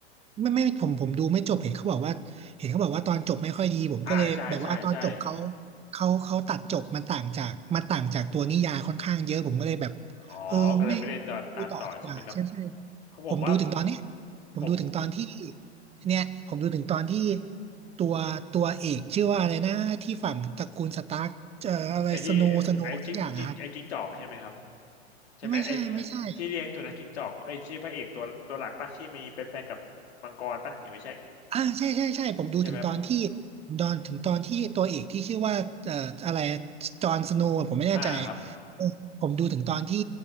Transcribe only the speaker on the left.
อ่าใช่ใช่ใช่
อ๋อก็เลยไม่ได้ตามตามต่อใช่ไหมครับ
เพราะผมว่า
ผม
ไอ้ที่ไอ้จิจิงไอ้จิงจอกใช่ไหมครับใช่ไหมไอ้
ที่เลี้ยงสุนัขจิ้งจอกไอ้ที่พระเอกตัวตัวหลักป่ะที่มีเป็นแฟนกับมังกรป่ะหรือไม่ใช่
ไม่ใช่ไหมครับ
อ่าครับ